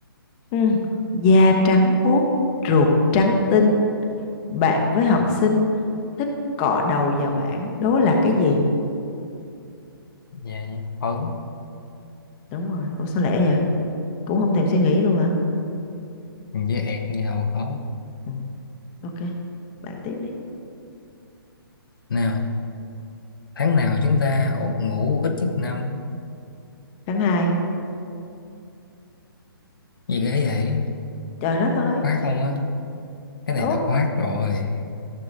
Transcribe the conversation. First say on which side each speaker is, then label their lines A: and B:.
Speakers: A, on the left (about 25°); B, on the left (about 60°).
A: Ừ. Da trắng muốt, ruột trắng tinh, bạn với học sinh thích cọ đầu vào bảng, đố là cái gì?
B: về những phấn
A: Đúng rồi, ủa sao lẽ vậy? Cũng không thèm suy nghĩ luôn hả?
B: với ẹt gì đâu khó
A: Ừ. Ok, bạn tiếp đi.
B: nào tháng nào chúng ta ổ- ngủ ít nhất năm
A: Tháng hai.
B: gì ghê vậy
A: trời đất ơi,
B: khoát không á cái
A: đố,
B: này là khoát rồi